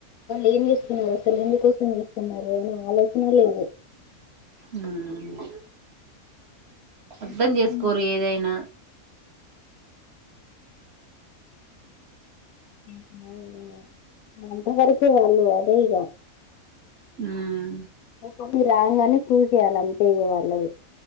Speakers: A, on the left (about 75°); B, on the right (about 55°).
A: ఏం చేస్తున్నారు అసలు ఎందుకోసం చేస్తున్నారు అని ఆలోచనే లేదు
B: ఉమ్ అర్థం
A: ఇష్టం
B: చేసుకోరు ఏదైనా
A: అయి అంతవరకే వాళ్ళు అదే ఇక
B: ఉమ్
A: ఒక రాంగానే ప్రూ చేేయాల అంతే వాళ్ళవి